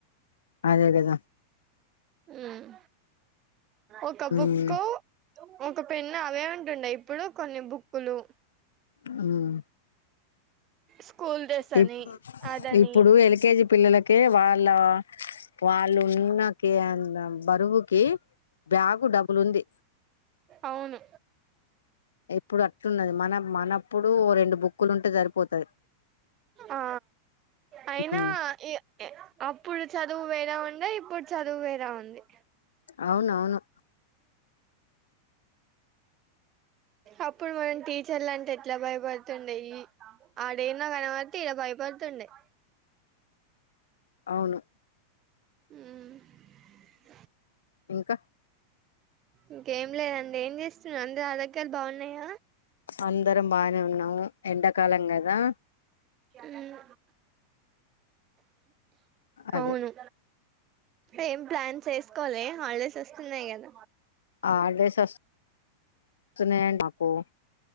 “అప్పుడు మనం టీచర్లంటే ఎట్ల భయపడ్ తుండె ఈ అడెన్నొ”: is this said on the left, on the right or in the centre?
Right